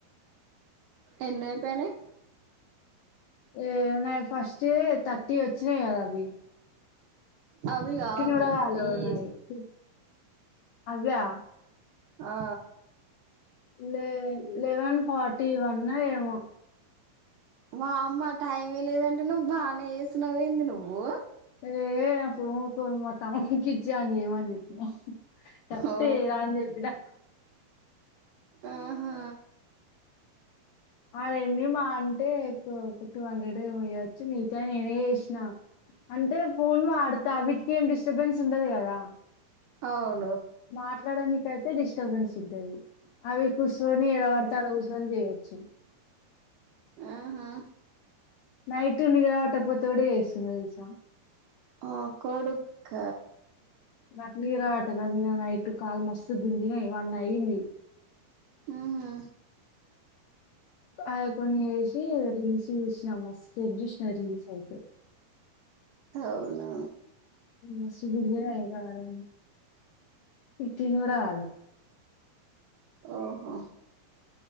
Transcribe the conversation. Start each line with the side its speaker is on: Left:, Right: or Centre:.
Right: ఎన్నీ అయిపోయినయి
Left: ఏ నా ఫస్ట్ హే థర్టీ వచ్చినాయి కదా అవి
Right: అవి కావు
Left: గూడా కాలేవు
Right: ఇవి
Left: నాయి. హ్మ్. అవ్వా?
Right: ఆ
Left: లే లెవెన్ ఫార్టీ వన్న ఏమో
Right: వా అమ్మా టైం ఏ లేదంటునావ్ బానే చేసినావ్ ఏంది నువ్వు
Left: లేదు ఏ ఫోను <unintelligible> మా తమ్ముని కి ఇచ్చి వాని చేయమని చోపినా కరెక్ట్
Right: ఓ
Left: చేయరా అని చోపినా
Right: ఆహా
Left: ఆ లెన్ని మా అంటే ఒక టూ హండ్రెడ్ ఏమో చేయ్యచ్చు మిగతావి నేనే చేసిన అంటే ఫోన్ వాడుతా వీటికి ఏం డిస్టర్బెన్స్ ఉంటది కదా
Right: అవ్
Left: మాట్లాడానికయితే డిస్టర్బెన్స్ ఉంటది అవి కుషోని ఎడపడితే ఆడ కూచొని చేయచ్చు
Right: ఆహా
Left: నైట్ నిద్రపట్టకపోతే కూడా చేయ్యాచు తెలుసా
Right: ఆ కొడుక
Left: నాకు నిరపట్టలేదు నిన్న నైట్ కాలు మస్తు గుజినాయ్ వన్ అయింది
Right: హు హూ
Left: ఆయ కొన్ని చేసి రీల్స్ చూసినా మ సస్త్ సేవ్ చూసిన రీల్స్ అయితే
Right: అవున
Left: మస్తు గంజినయి కాలు ఫిఫ్టీన్ కూడా కాలే
Right: ఓహో